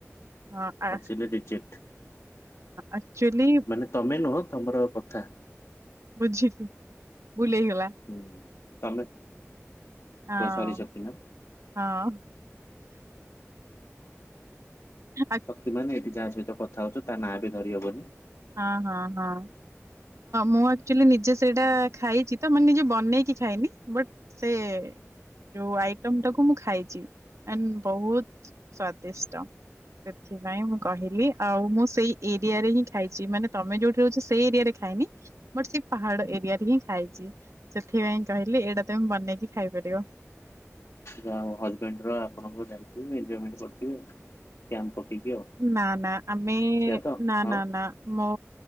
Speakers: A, on the right; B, on the left.
A: ହଁ ଆ
B: ହସିଲେ ରିଜେକ୍ଟ
A: ଆକ୍ଚୁଲି
B: ମାନେ ତମେ ନୁହଁ ତମର କଥା
A: ବୁଝିଲି ବୁଲେଇଗଲା।
B: ହୁଁ ତମେ
A: ହଁ
B: ଓ ସରି ଶକ୍ତିମାନ
A: ହଁ। ଆ-
B: ଶକ୍ତି ମାନ ଏଇଠି ଯାହା ସହିତ କଥା ହଉ ତା ନାଁ ବି ଧରିହବନି।
A: ହଁ ହଁ ହଁ। ମୁଁ ଆଚୁଆଲି ନିଜେ ସେଇଟା ଖାଇଛି ତ ମାନେ ନିଜେ ବନେଇକି ଖାଇନି। ବଟ ସେ ଯୋଉ ଆଇଟମ
B: ଉଁ,
A: ଟାକୁ ମୁଁ ଖାଇଛି ଆ ବହୁତ ସ୍ଵାଦିଷ୍ଟ। ସେଥିପାଇଁ ମୁଁ କହିଲି ଆଉ ମୁଁ ସେଇ ଏରିଆରେ ହିଁ ଖାଇଛି ମାନେ ତମେ ଯୋଉଠି ରହୁଛ ସେଇ ଏରିଆରେ ଖାଇନି। ମୋର ସେ ପାହାଡ ଏରିଆରେ ହିଁ ଖାଇଛି ସେଥିପାଇଁ କହିଲି ଏଇଟା ତମେ ବନେଇକି ଖାଇପାରିବ।
B: ଯ ହଜବେଣ୍ଡ ର ଆପଣଙ୍କ ଯାଇ <unintelligible> କ୍ୟାମ୍ପ ପକେଇକି ଆଉ।
A: ନା ନା ଆମେ
B: ସେଇଆ ତ
A: ନା
B: ଆଉ
A: ନା ନା ମୋ